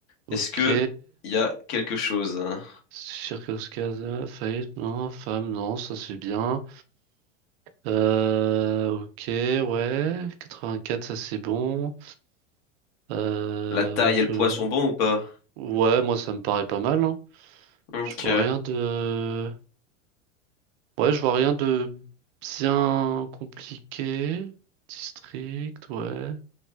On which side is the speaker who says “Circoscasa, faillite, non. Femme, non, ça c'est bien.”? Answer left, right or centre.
Right